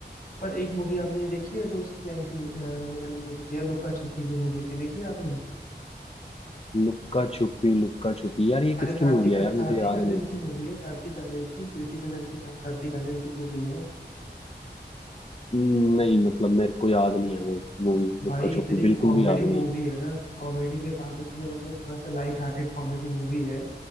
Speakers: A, on the left (about 50°); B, on the left (about 35°).
A: पर एक मूवी आपने ये देखी है जो उसकी आई थी अ, वो वाली मूवी थी यार लुका छुपी जो मूवी थी देखी है आपने
B: लुक्का छुपी लुक्का छुपी यार ये किसकी
A: अरे कार्तिक
B: मूवी है यार
A: कार्तिक
B: मुझे याद
A: आर्यन
B: नहीं है
A: की मूवी है कार्तिक आर्यन की कृति सेनन के साथ कार्तिक आर्यन की मूवी है
B: नहीं मतलब मेरे को याद नहीं है वो मूवी
A: भाई
B: लुक्का छुपी
A: इतनी
B: बिल्कुल
A: कॉमेडी
B: भी याद
A: मूवी
B: नहीं है
A: है ना कॉमेडी के साथ उसमें मतलब थोड़ा सा लाइट हार्टेड कॉमेडी मूवी है